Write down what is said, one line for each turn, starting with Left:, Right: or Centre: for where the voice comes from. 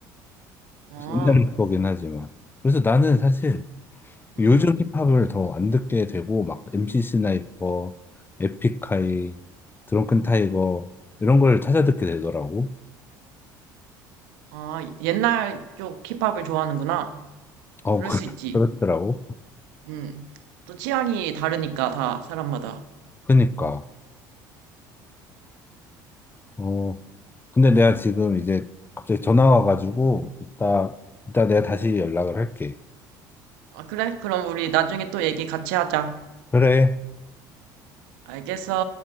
Right: 아,
Left: 옛날 래퍼긴 하지만. 그래서 나는 사실
Right: 음,
Left: 요즘 힙합을 더 안 듣게 되고 막 MC 스나이퍼, 에픽하이, 드렁큰 타이거 이런 걸 찾아 듣게 되더라고.
Right: 아, 옛날 쪽 힙합을 좋아하는구나.
Left: 어
Right: 그럴
Left: 그-
Right: 수 있지.
Left: <laughs> 그렇더라고.
Right: 음, 또 취향이 다르니까 다 사람마다.
Left: 그니까 어 근데 내가 지금 이제 갑자기 전화 와가지고 이따 이따 내가 다시 연락을 할게.
Right: 아, 그래? 그럼 우리 나중에 또 얘기 같이 하자.
Left: 그래.
Right: 알겠어.